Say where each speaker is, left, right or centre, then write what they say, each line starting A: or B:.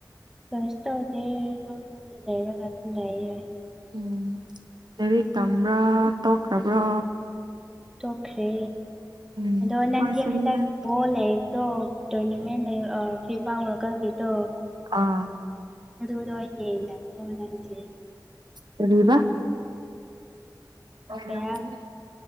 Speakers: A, in the centre; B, on the right (about 70°).
A: ꯀꯩꯁꯨ ꯇꯧꯗꯦ ꯌꯨꯝ ꯌꯨꯝꯗ ꯂꯩꯔꯒ ꯑꯗꯨꯝ ꯂꯩꯌ‌ꯦ
B: ꯎꯝ ꯂꯩꯔꯤꯛ ꯇꯝꯕ꯭ꯔꯥ ꯇꯣꯛꯈ꯭ꯔꯕ꯭ꯔꯥ
A: ꯇꯣꯛꯈ꯭ꯔꯦ
B: ꯎꯝ
A: ꯑꯗꯣ ꯅꯪꯒꯤ
B: ꯍꯣꯏꯁꯨꯅꯤꯗ
A: ꯍꯟꯗꯛ ꯕꯣ ꯂꯩꯕꯗꫭ ꯇꯣꯔꯅꯃꯦꯟ ꯂꯩ ꯑꯥ ꯐꯤ ꯐꯥ ꯋꯥꯜꯀꯞꯒꯤꯗꯣ
B: ꯑꯥ
A: ꯑꯗꯨꯗꯣ ꯌ‌ꯦꯡꯗꯕ꯭ꯔꯣ ꯅꯪꯗꯤ
B: ꯀꯔꯤꯕ
A: ꯍꯥꯏꯕ
B: ꯑꯣꯏꯔꯝꯒꯅꯤ